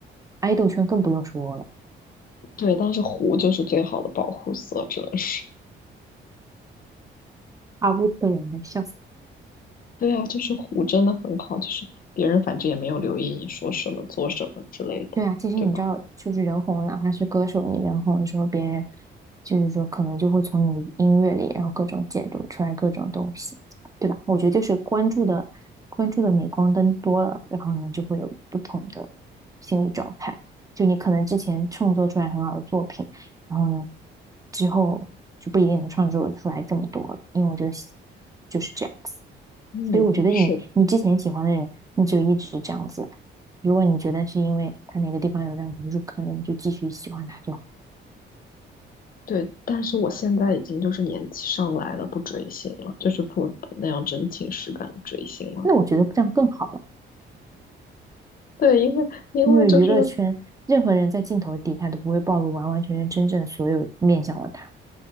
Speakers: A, on the right (about 15°); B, on the left (about 45°).
A: 爱豆圈更不用说了，
B: 对，但是胡就是最好的保护色，只能。说。
A: 阿乌斯人的笑死。
B: 对啊，就是虎真的很好，就是别人反正也没有留意你说什么、做什么之类的，
A: 对啊，其实你知道，
B: 对吧？
A: 就是人红，哪怕是歌手，你人红的时候，别人就是说，可能就会从你音乐里，然后各种解读出来各种东西，对吧？我觉得就是关注的关注的镁光灯多了，然后你就会有不同的心理状态。就你可能之前创作出来很好的作品，然后呢，之后就不一定能创作出来这么多了，因为我觉得就是这样。子。
B: 嗯，
A: 所以我觉得你你之前喜欢的人，
B: 是的，
A: 那就一直这样子。如果你觉得是因为他哪个地方有让你入坑的，你就继续喜欢他就好。
B: 对，但是我现在已经就是年纪上来了，不追星了，就是不不那样真情实感的追星了。
A: 那我觉得这样更好了，
B: 对，因为因为就是，
A: 因为娱乐圈任何人在镜头底下都不会暴露完完全全真正所有面向的他。